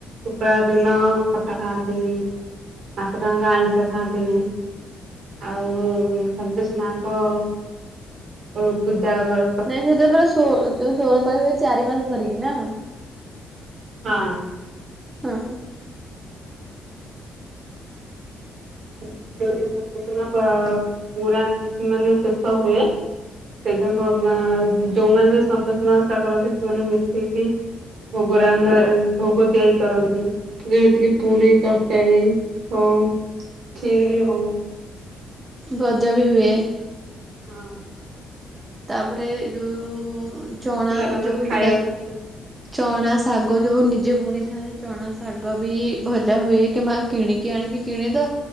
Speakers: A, on the right; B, on the right.
A: ଶୁକ୍ରବାର ଦିନ ଖଟା ଖାଆନ୍ତିନି। ମାସଟା ଆଙ୍କ ଆଇଁଷ ଖାନ୍ତିନି। ଆଉ ସନ୍ତୋଷୀମା ଙ୍କ ଅଁ ପୂଜା ଗ
B: ନାଇଁ ସେଠ ପରା ଷୋ ଯୋଉ ଷୋଳପାଳି ହୁଏ ଚାରି ମାସ ଧରିକି ନା।
A: ହଁ।
B: ହଁ।
A: <unintelligible> ସେନ୍ତୋଷୀମା ପା ପୁରା ମାନେ ଶେଷ ହୁଏ। ସେ ତାଙ୍କ ମା ଯଉମାନେ ସେନ୍ତୋଷୀମା ଓଷା କରନ୍ତି ସେମାନେ ମିଶିକି ଭୋଗ ରାନ୍ଧା ଭୋଗ ତିଆରି କରନ୍ତି। ଯେମିତିକି ପୁରୀ ତରକାରୀ ହଁ। କ୍ଷୀରି ହୋଉ।
B: ଗଜାବି ହୁଏ।
A: ହଁ।
B: ତାପରେ ଯୋଉ ଚଣା
A: ପିଲାମାନଙ୍କୁ
B: ଯୋଉ
A: ଖାଇବାକୁ
B: ଡ଼ା ଚ଼ଣା ଶାଗ ଯୋଉ ନିଜେ ବୁଣିଥାନ୍ତି ଚ଼ଣା ଶାଗବି ଭଜା ହୁଏ। କିମ୍ବା କିଣିକି ଆଣିକି କିଣିତ